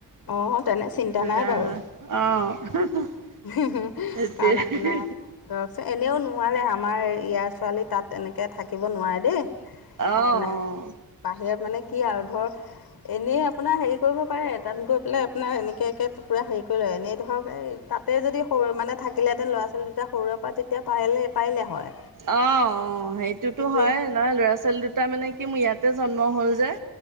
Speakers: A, on the left (about 75°); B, on the right (about 60°).
A: অঁ তেনে চিন্তা
B: এইটো
A: নাই
B: এতিয়া
A: বাৰু
B: অ'। <unintelligible>
A: <unintelligible>
B: সেইটোৱে
A: কাৰণ আপোনাৰ <unintelligible> এনেওঁ নোৱাৰে আমাৰ ইয়াৰ ছোৱালী তাত এনেকে থাকিব নোৱাৰে দে।
B: অ'
A: আপোনাৰ,
B: অ'।
A: বাহিৰত মানে কি আৰু ধৰ এনেই আপোনাৰ হেৰি কৰিব পাৰে, তাত গৈ পেলাই আপোনাৰ এনেকেকে পুৰা হেৰি কৰি লয়, এনেই ধৰক এই তাত তে যদি সৰু মানে থাকিলেতেন ল'ৰা- ছোৱালী দুটা সৰুৰে পৰা, তেতিয়া পাইলে পাৰিলে হয়
B: অ', অ', সেইটোটো
A: কিন্তু
B: হয় ল'ৰা- ল'ৰা-ছোৱালী দুটা মানে কি মোৰ ইয়াতে জন্ম হ'ল যে।